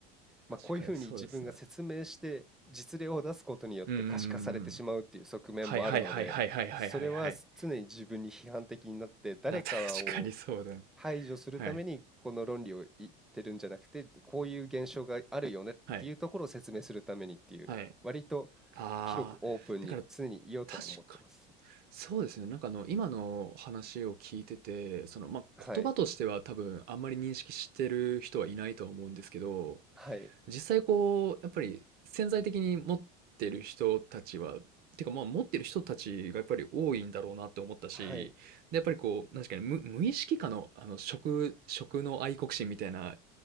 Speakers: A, on the right; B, in the centre.
A: 確かにそうですね。
B: まあ、こういうふうに自分が説明して実例を出すことによって可視化されてしまうっていう側面もあるので、
A: うんうんうんうん。はいはいはいはいはいはいはいはい。
B: それは常に自分に批判的になって誰かを
A: な、確かにそうだね。
B: 排除するためにこの論理を言ってるんじゃなくて、
A: はい。
B: こういう現象があるよねっていうところを説明するためにっていう、
A: はい。はい。
B: 割と
A: ああ、
B: 広くオープンに常に言おうとは思ってます。
A: だから、確かに。そうですね。なんかあの、今の話を聞いてて、その、まあ、
B: はい。
A: 言葉としては多分あんまり認識してる人はいないとは思うんですけど、
B: はい。
A: 実際こう、やっぱり潜在的に持ってる人たちは、てか、ま、持ってる人たちがやっぱり多いんだろうなって思ったし、
B: はい。
A: で、やっぱりこう、なすかね、無無意識下のあの、食食の愛国心みたいな、